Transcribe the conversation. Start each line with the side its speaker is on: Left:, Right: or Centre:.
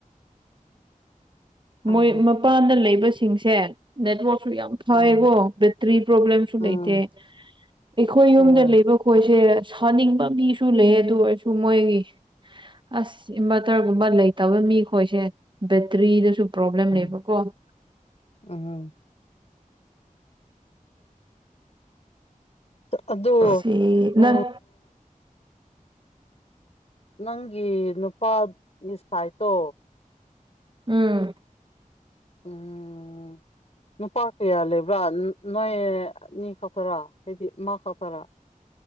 Left: ꯈꯪꯗ꯭ꯔꯦꯗ
Right: ꯃꯣꯏ ꯃꯄꯥꯟꯗ ꯂꯩꯕꯁꯤꯡꯁꯦ ꯅꯦꯠꯋꯔꯛꯁꯨ ꯌꯥꯝ ꯐꯌꯦꯀꯣ
Left: ꯎꯝ
Right: ꯕꯦꯇ꯭ꯔꯤ ꯄ꯭ꯔꯣꯕ꯭ꯂꯦꯝꯁꯨ
Left: ꯎꯝ
Right: ꯂꯩꯇꯦ ꯑꯩꯈꯣꯏ ꯌꯨꯝꯗ
Left: ꯍꯣꯏ
Right: ꯂꯩꯕ ꯈꯣꯏꯁꯦ ꯁꯥꯅꯤꯡꯕ ꯃꯤꯁꯨ ꯂꯩ ꯑꯗꯨ ꯑꯣꯏꯔꯁꯨ ꯃꯣꯏꯒꯤ ꯑꯁ ꯏꯟꯚꯔꯇꯔꯒꯨꯝꯕ ꯂꯩꯇꯕ ꯃꯤꯈꯣꯏꯁꯦ ꯕꯦꯇ꯭ꯔꯤꯗꯁꯨ ꯄ꯭ꯔꯣꯕ꯭ꯂꯦꯝ
Left: ꯎꯝ
Right: ꯂꯩꯕꯀꯣ
Left: ꯎꯝ ꯑꯗꯨ
Right: ꯁꯤ
Left: ꯎꯝ
Right: ꯅꯪ
Left: ꯅꯪꯒꯤ ꯅꯨꯄꯥꯒꯤ ꯁꯥꯏꯠꯇꯣ
Right: ꯎꯝ
Left: ꯎꯝꯝ ꯅꯨꯄꯥ ꯀꯌꯥ ꯂꯩꯕ꯭ꯔꯥ ꯅꯣꯏꯑꯅꯤ ꯈꯛꯇꯔꯥ ꯍꯥꯏꯗꯤ ꯃꯥ ꯈꯛꯇꯔꯥ